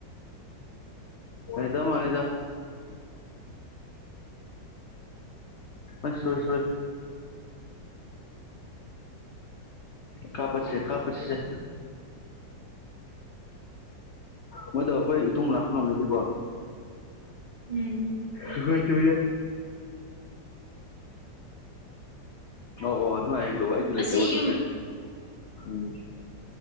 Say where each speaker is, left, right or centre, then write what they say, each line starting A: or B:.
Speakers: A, on the left; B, on the right.
A: ꯂꯩꯇꯥ ꯃꯥꯜꯂꯤꯗ ꯑꯁ ꯁꯣꯏ ꯀꯞꯄ ꯀꯞꯄꯁꯦ ꯄꯁꯦ ꯃꯣꯏꯗꯣ ꯑꯩꯈꯣꯏ ꯏꯇꯨꯡ ꯂꯥꯛꯄ ꯉꯝꯂꯗꯤꯀꯣ
B: ꯎꯝ
A: ꯈꯣꯏꯁꯨ ꯑꯣ ꯑꯣ ꯑꯗꯨ ꯃꯥ ꯍꯗ ꯏꯗꯤ ꯂꯩꯇ
B: ꯑꯁꯤ
A: ꯑꯗꯨ
B: ꯌꯨꯝ
A: ꯀꯦ ꯎꯝ